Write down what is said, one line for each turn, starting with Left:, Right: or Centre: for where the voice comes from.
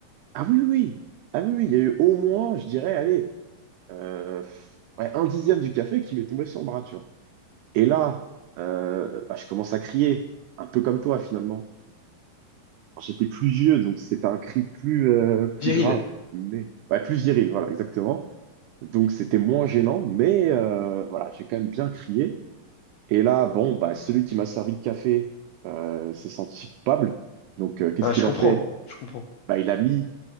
Right: Ah oui, oui, oui. ah oui, oui, il y a eu au moins, je dirais, allez. euh, ouais, un dixième du café qui m'est tombé sur le bras, tu vois. Et là, euh, bah, je commence à crier, un peu comme toi finalement. Alors, J'étais plus vieux, donc c'était un cri plus, euh, plus
Left: viril.
Right: grave, mais ouais, plus viril, voilà, exactement. Donc c'était moins gênant, mais euh, voilà, j'ai quand même bien crié. Et là, bon, bah, celui qui m'a servi le café euh, s'est senti coupable. Donc euh, qu'est-ce
Left: Ah, je
Right: qu'il
Left: comprends,
Right: a fait?
Left: je comprends.
Right: Bah, il a mis